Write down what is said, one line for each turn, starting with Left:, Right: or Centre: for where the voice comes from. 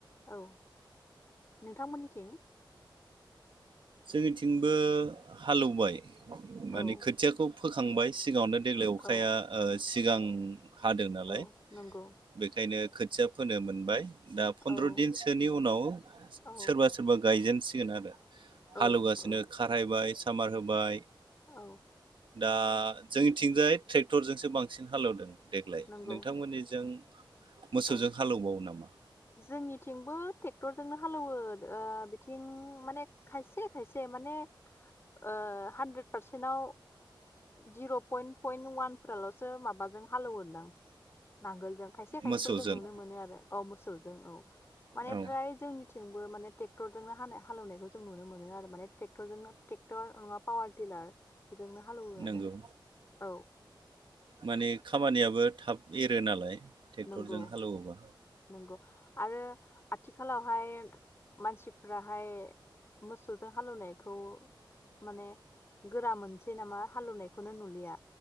Left: औ। नोंथांमोननिथिं
Right: जोंनिथिंबो हालौबाय माने
Left: औ
Right: खोथियाखौ फोखांबाय सिगाङावनो देग्लाय अखाया
Left: औ
Right: ओ सिगां हादों नालाय
Left: औ नंगौ
Right: बेखायनो खोथिया फोनो मोनबाय। दा फन्द्र
Left: औ
Right: दिनसोनि उनाव
Left: औ
Right: सोरबा सोरबा गायजेन सिगोन आरो हालौगासिनो
Left: औ औ
Right: खारहायबाय सामार होबाय
Left: औ
Right: दा जोंनिथिंजाय ट्रेक्टरजोंसो बांसिन हालौवदों। देग्लाय
Left: नंगौ
Right: नोंथांमोननिजों मोसौजों
Left: औ
Right: हालौबावो नामा?
Left: जोंनिथिंबो टेक क्टरजोंनो हालौवो ओ बिथिं माने खायसे खायसे माने ओ हानद्रेद पारसेनाव जिर' पयन्ट पयन्ट वानफोरालसो माबाजों हालौवोदां नांगोलजों खायसे खायसेखौ
Right: मोसौजों
Left: जों नुनो मोनो आरो औ मोसौजों औ माने
Right: औ
Left: फ्राय थिंबो माने टेक्टरजोंनो हानाय हालौनायखौ जों नुनो मोनो आरो माने टेक्टरनो टेक्टर नङाबा पावार टिलार बेजोंनो हालौवो आरो
Right: नंगौ
Left: औ
Right: माने खामानियाबो थाब एरो नालाय ट्रेक्टरजों
Left: नंगौ
Right: हालेवोबा
Left: नंगौ आरो आथिखालावहाय फ्राय मानसिफोराहाय मोसौजों हालौनायखौ माने गोरा मोनसै नामा हालौनायखौनो नुलिया